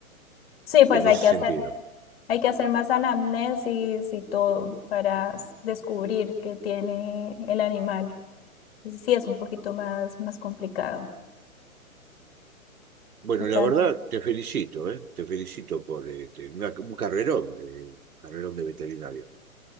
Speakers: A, on the left (about 40°); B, on the right (about 85°).
A: Sí, pues
B: en ese
A: hay que
B: sentido.
A: hacer, hay que hacer más anamnesis y todo para s- descubrir qué tiene el animal. Sí, es un poquito más, más complicado.
B: Bueno,
A: Totalmente.
B: la verdad, te felicito, ¿eh? Te felicito por este, una- un carrerón, eh, carrerón de veterinario.